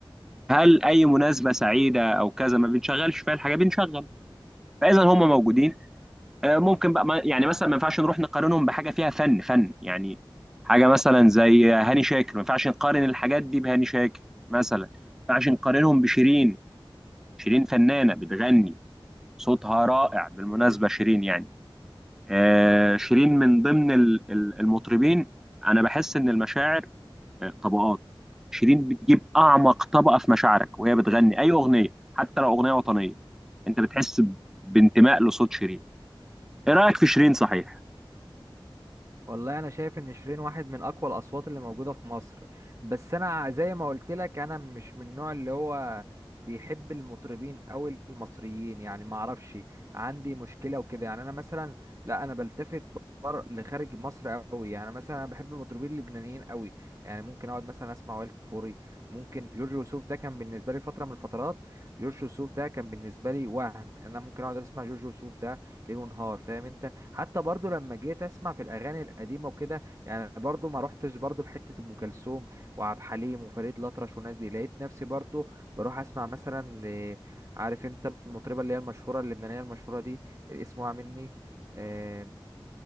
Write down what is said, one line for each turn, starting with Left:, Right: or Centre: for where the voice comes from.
Centre: هل اي مناسبه سعيده او كذا ما بنشغلش فيها الحاجات دي بنشغل فاذا هم موجودين آه، ممكن بقى ما- يعني مثلا ما ينفعش نروح نقارنهم بحاجه فيها فن فن يعني حاجه مثلا زي هاني شاكر ما ينفعش نقارن الحاجات دي بهاني شاكر مثلا ما ينفعش نقارنهم بشيرين شيرين فنانه بتغني صوتها رائع بالمناسبه شيرين يعني آه، شيرين من ضمن ال- ال- المطربين انا بحس ان المشاعر آه، طبقات شيرين بتجيب اعمق طبقه في مشاعرك وهي بتغني اي اغنيه حتى لو اغنيه وطنيه انت بتحس ب- بانتماء لصوت شيرين ايه رايك في شيرين صحيح
Right: والله انا شايف ان شيرين واحد من اقوى الاصوات اللي موجوده في مصر بس انا زي ما قلت لك انا مش من النوع اللي هو بيحب المطربين او المصريين يعني ما اعرفش عندي مشكله وكده يعني انا مثلا لا انا بلتفت بر لخارج مصر قوي يعني مثلا انا بحب المطربين اللبنانيين قوي يعني ممكن اقعد مثلا اسمع وائل كفوري ممكن جورج وسوف ده كان بالنسبه لي فتره من الفترات جورج وسوف ده كان بالنسبه لي وهم انا ممكن اقعد اسمع جورج وسوف ده ليل ونهار فاهم انت حتى برضو لما جيت اسمع في الاغاني القديمه وكده يعني برضو ما روحتش برضو لحته ام كلثوم وعبد الحليم وفريد الاطرش والناس دي لقيت نفسي برضو بروح اسمع مثلا آه، عارف انت المطربه اللي هي المشهوره اللبنانيه المشهوره دي الاسم وقع مني آه،